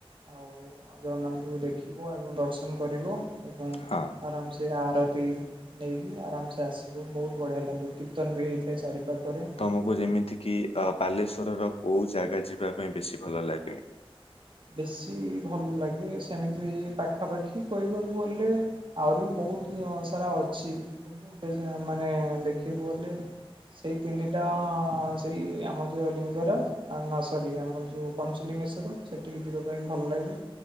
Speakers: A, on the right; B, on the left.
A: ଆଉ ଜଗନ୍ନାଥଙ୍କୁ ଦେଖିବ ଏବଂ ଦର୍ଶନ କରିବ। ଏବଂ
B: ହଁ।
A: ଆରାମସେ ଆରତି ନେଇକି ଆରାମସେ ଆସ ବୋହୁତ ବଢିଆ ଲାଗେ କୀର୍ତ୍ତନ ବି ହେଇ ଚାରିପଟରେ।
B: ତମକୁ ଯେମିତି କିି ଅ ବାଲେଶ୍ୱର ର କୋଉ ଜାଗା ଯିବା ପାଇଁ ବେଶୀ ଭଲ ଲାଗେ?
A: ବେଶୀ ଭଲ ଲାଗେ ସେମିତି ପାଖାପାଖି କହିବାକୁ ଗଲେ? ଆହୁରି ବହୁତ ସାରା ଅଛି, କି ମାନେ ଦେଖକୁ ଗଲେ। ସେଇ ତିନିଟା ସେଇ ଆମ ଯେ ଲିଙ୍ଗର ଆ ନ ସରି ଆମର ଯୋଉ ପଞ୍ଚଲିଙ୍ଗେଶ୍ୱର ସେଠିକି ଯିବା ପାଇଁ ଭଲ ଲାଗେ।